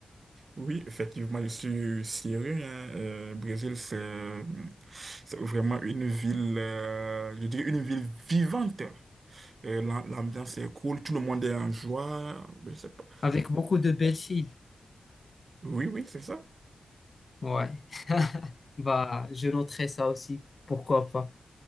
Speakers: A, on the right (about 50°); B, on the left (about 45°).
A: oui, effectivement, je suis syrien. hein. Euh, Brésil, c'est c'est vraiment une ville, euh, je dirais une ville vivante. Euh, l'am- l'ambiance est cool, tout le monde est en joie. Je sais pas.
B: Avec beaucoup de belles filles.
A: Oui, oui, c'est ça.
B: Ouais. <laughs> Bah, je noterai ça aussi. Pourquoi pas?